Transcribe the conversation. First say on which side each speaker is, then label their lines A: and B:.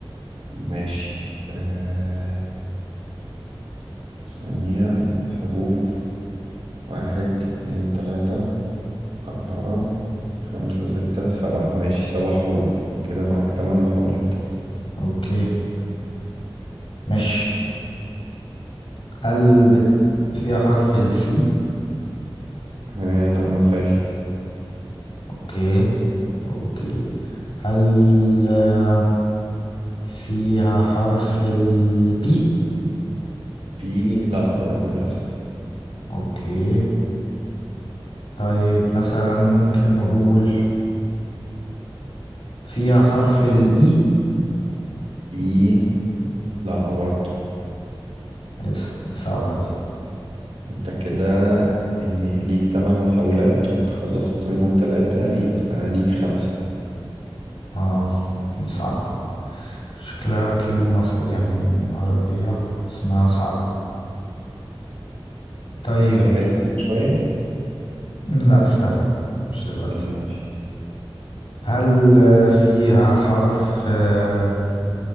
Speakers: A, on the right; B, on the left.
A: ماشي آه، ثانية الحروف واحد اتنين تلاتة أربعة خمسة ستة سبعة ماشي سبع حروف وكده معاك تمن محاولات
B: اوكي ماشي هل بت... فيها حرف السي
A: آه لا ما فيهاش
B: اوكي اوكي هل آه، فيها حرف البي
A: بي لا برضو للأسف
B: اوكي طيب مثلا ممكن نقول فيها حرف الإي
A: إي لا برضو
B: إيه ده؟ دي صعبة دي
A: انت كده يعني ليك تمن محاولات وانت خلصت منهم تلاتة يبقى ليك خمسة
B: اه دي صعبة شكلها كلمة ص- يعني عربية اسمها صعب طيب
A: اسهلها لك شوية
B: م، لا استنى مش دلوقتي
A: ماشي
B: هل آه، فيها حرف آه،